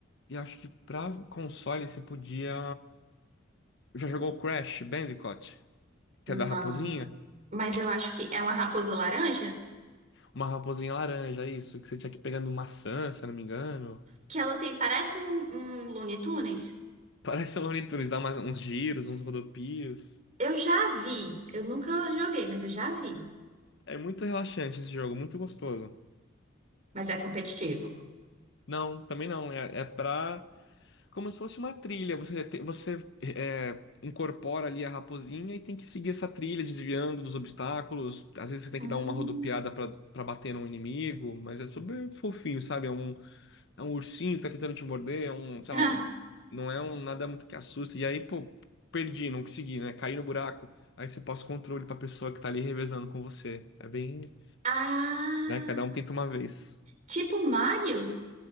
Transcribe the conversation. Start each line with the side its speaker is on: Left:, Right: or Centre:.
Left: E acho que pra console você podia. Já jogou Crash Bandicoot? Que
Right: Não.
Left: é da raposinha?
Right: Mas eu acho que é uma raposa laranja
Left: Uma raposinha laranja, isso. Que você tinha que ir pegando maçã, se eu não me engano.
Right: que ela tem, parece um, um Looney Tunes.
Left: <laughs> Parece o Looney Tunes, dá uma- uns giros, uns rodopios.
Right: Eu já vi. Eu nunca joguei, mas eu já vi.
Left: É muito relaxante esse jogo, muito gostoso.
Right: Mas é competitivo.
Left: Não, também não. É, é pra. Como se fosse uma trilha. Você, te- você é, incorpora ali a raposinha e tem que seguir essa trilha, desviando dos obstáculos. Às vezes você tem
Right: Hum.
Left: que dar uma rodopiada pra, pra bater num inimigo, mas é super fofinho, sabe? É um, é um ursinho que tá tentando te morder, é um, sei
Right: <laughs>
Left: lá, um, não é um nada muito que assusta. E aí, pô, perdi, não consegui, né? Caí no buraco. Aí você passa o controle pra pessoa que tá ali revezando com você. É bem,
Right: Ah,
Left: né? Cada um tenta uma vez.
Right: tipo Mario?